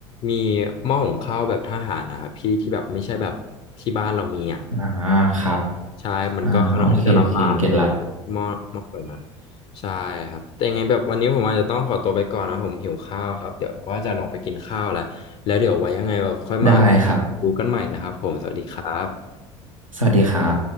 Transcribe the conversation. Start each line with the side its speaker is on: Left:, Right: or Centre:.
Left: มีหม้อหุงข้าวแบบทหารนะครับพี่ที่แบบไม่ใช่แบบที่บ้านเรามีอ่ะ
Right: อ่าครับ
Left: ใช่มันก็ค่อนข้างที่จะลำบากเลย
Right: อ่าโอเคโอเคเก็ตละ
Left: หม้อหม้อแบบนั้นใช่ครับแต่ยังไงแบบวันนี้ผมอาจจะต้องขอตัวไปก่อนนะผมหิวข้าวครับเดี๋ยวว่าจะลงไปกินข้าวแล้วแล้วเดี๋ยวไว้ยังไงแบบค่อยมา
Right: ได้ครับ
Left: ดูกันใหม่นะครับผมสวัสดีครับ
Right: สวัสดีครับ